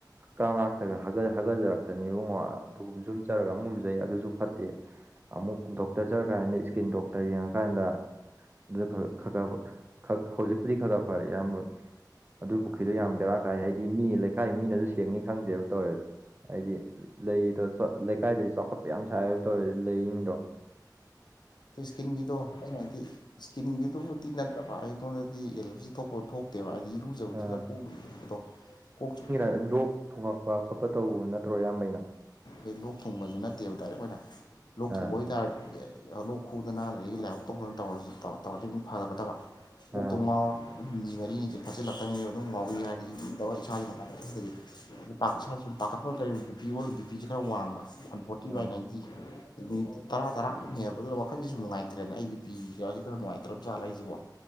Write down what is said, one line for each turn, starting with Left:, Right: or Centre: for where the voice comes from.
Right: ꯀꯛꯂꯥꯛꯇꯒ ꯍꯒꯥ ꯍꯒꯥꯆꯔꯛꯇꯅꯤ ꯏꯕꯨꯡꯉ ꯑꯗꯨꯒꯨꯝ ꯌꯨꯝ ꯆꯠꯂꯒ ꯑꯃꯨꯛ ꯂꯨꯖꯩ ꯑꯗꯨꯁꯨ ꯐꯠꯇꯦ ꯑꯃꯨꯛ ꯗꯣꯛꯇꯔ ꯆꯠꯂꯀꯥꯟꯗ ꯏꯁꯀꯤꯟ ꯗꯣꯛꯇꯔ ꯌꯦꯡꯉꯀꯥꯟꯗ ꯑꯗꯨ ꯈ ꯈꯥ <unintelligible> ꯍꯧꯖꯤꯛꯄꯨꯗꯤ ꯈꯀꯥꯛ ꯈꯀꯥꯛ ꯐꯔꯦ ꯑꯌꯥꯝꯕ ꯑꯗꯨ ꯄꯨꯈ꯭ꯔꯤꯗꯣ ꯌꯥꯝ ꯕꯦꯔꯥ ꯀꯥꯏ ꯍꯥꯏꯗꯤ ꯃꯤ ꯂꯩꯀꯥꯏ ꯃꯤꯅꯁꯨ ꯁꯦꯡꯅꯤ ꯈꯪꯗꯦꯕ ꯇꯧꯋꯦꯕ ꯍꯥꯏꯗꯤ ꯂꯩꯗꯣ ꯂꯩꯀꯥꯏꯗꯗꯤ ꯆꯥꯎꯈꯠꯄ ꯌꯥꯝ ꯁꯥꯏꯕ ꯇꯧꯋꯦ ꯂꯩꯔꯤꯖꯤꯡꯗꯣ
Left: ꯏꯁꯀꯤꯟꯒꯤꯗꯣ ꯑꯩꯅ ꯍꯥꯏꯗꯤ ꯏꯁꯀꯤꯟꯒꯤꯗꯨꯕꯨꯗꯤ ꯅꯠꯇꯕ ꯑꯩꯉꯣꯟꯗꯗꯤ ꯑꯦꯂꯔꯖꯤ ꯊꯣꯛꯄ ꯊꯣꯛ ꯅꯠꯇꯦꯕ ꯍꯥꯏꯗꯤ ꯏꯔꯨꯖꯕꯗꯨꯗ
Right: ꯑꯥ
Left: ꯀꯣꯛꯗꯣ <unintelligible> ꯀꯣꯛ ꯆꯤꯛ
Right: ꯂꫭꯛ ꯊꯣꯡꯉꯛꯄ ꯈꯣꯠꯄ ꯇꯧꯕ ꯅꯠꯇ꯭ꯔꯣ ꯏꯌꯥꯝꯕꯩꯅ
Left: ꯑꯗꯩ ꯂꯣꯛ ꯊꯨꯡꯕꯁꯨ ꯅꯠꯇꯦꯕ ꯗꯥꯏꯔꯦꯛ ꯑꯣꯏꯅ ꯂꯣꯛ ꯊꯨꯡꯕ
Right: ꯑꯥ
Left: ꯑꯣꯏꯇꯥꯔꯗꯤ ꯂꯣꯛ ꯈꯨꯗꯅ ꯑꯗꯥꯒꯤ ꯂꯥꯏꯍꯧ ꯇꯧꯗꯅ ꯇꯧꯔꯁꯨ ꯇꯧꯔꯗꯤ ꯑꯗꯨꯝ ꯐꯒꯗꯕ ꯀꫭꯛꯇꯣ
Right: ꯑꯥ
Left: ꯉꯥꯎꯔ ꯎꯝ ꯍꯨꯝꯅꯤ ꯃꯔꯤꯅꯤ ꯁꯦ ꯐꯥꯖꯤꯜꯂꯛꯇꯕꯅꯦꯕ ꯑꯗꯨꯝ ꯉꯥꯎꯔꯤ ꯍꯥꯏꯔꯤꯗꯨ ꯇꯧꯔ ꯏꯁꯥꯁꯤ ꯅꯨꯉꯥꯏꯐꯝ ꯈꯪꯗꯕꯤ ꯃꯤꯠ-ꯄꯥ ꯏꯁꯥꯁꯨꯨꯝ ꯄꯥꯈꯠꯄ ꯀꯒ ꯕꯤꯄꯤ ꯑꯣꯜꯂ ꯕꯤꯄꯤꯁꯤ ꯈꯔ ꯋꯥꯡꯕ one forty
Right: um
Left: by ninety minute ꯇꯔꯥ ꯇꯔꯥ ꯍꯦꯜꯉꯛꯄꯗꯨꯗ ꯋꯥꯈꯟꯁꯦꯁꯨ ꯅꯨꯡꯉꯥꯏꯇ꯭ꯔꯦꯅ ꯑꯩ ꯕꯤ ꯄꯤ ꯀꯥꯁꯦ ꯈꯔ ꯅꯨꯡꯉꯥꯏꯇ꯭ꯔꯕ ꯖꯥꯠꯂꯥ ꯑꯩꯁꯤꯕꯣ